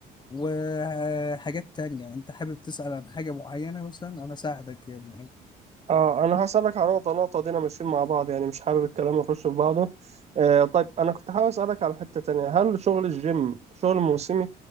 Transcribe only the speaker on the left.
وحاجات تانية انت حابب تسأل عن حاجة معينة مثلا انا ساعدك يعني